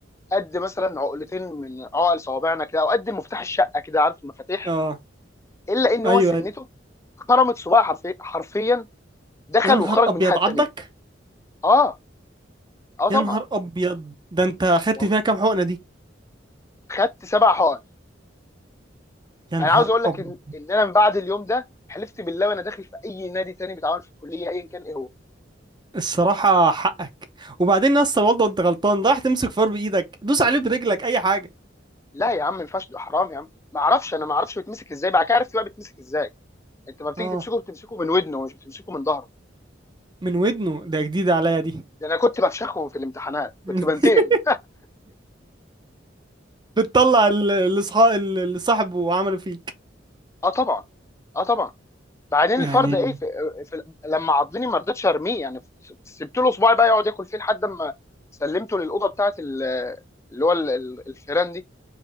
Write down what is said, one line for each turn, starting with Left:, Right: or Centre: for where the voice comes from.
Left: قد مثلا عقلتين من عقل صوابعنا كده او قد مفتاح الشقه كده عارف المفاتيح
Right: اه
Left: الا ان
Right: ايوه
Left: هو سنته
Right: ايوه
Left: خرمت صباعي حرفيا حرفيا دخل
Right: يا نهار
Left: وخرج
Right: ابيض
Left: من الناحيه الثانيه
Right: عدك
Left: اه اه طبعا
Right: يا نهار ابيض ده انت اخدت
Left: والله
Right: فيها كام حقنه دي
Left: خدت سبع حقن
Right: يا
Left: انا
Right: نهار
Left: عاوز اقول لك
Right: ابيض
Left: ان ان انا من بعد اليوم ده حلفت بالله وانا داخل في اي نادي تاني بيتعامل في الكليه ايا كان ايه هو
Right: الصراحه حقك وبعدين يا اسطى برضه انت غلطان رايح تمسك فار بايدك دوس عليه برجلك اي حاجه
Left: لا يا عم ما ينفعش ده حرام يا عم ما اعرفش انا ما اعرفش بيتمسك ازاي بعد كده عرفت بقى بيتمسك ازاي انت ما بتيجي
Right: اه
Left: تمسكه بتمسكه من ودنه مش بتمسكه من ظهره
Right: من ودنه ده جديده عليا دي
Left: ده انا كنت بفشخهم في الامتحانات كنت
Right: <laughs>
Left: بنتقم
Right: بتطلع ال- الاصحاب اللي صاحبه عمله فيك
Left: اه طبعا اه طبعا بعدين
Right: يعني
Left: الفرد ايه في في لما عضني ما رضيتش ارميه يعني سبت له صباعي بقى يقعد ياكل فيه لحد ما سلمته للاوضه بتاعت ال- اللي هو ال- ال- الفيران دي